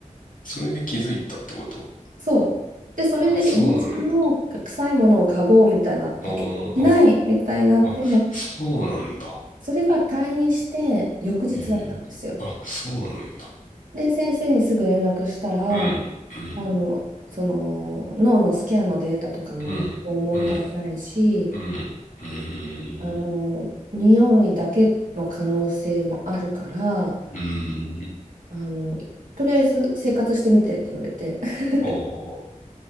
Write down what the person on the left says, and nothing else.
それで気づいたってこと
あ、そうなんだ。ああ、あ、あ、そうなんだ。
ええ。あ、そうなんだ。
うん、うん、
うん、うん、うん、うん、
うん。
あ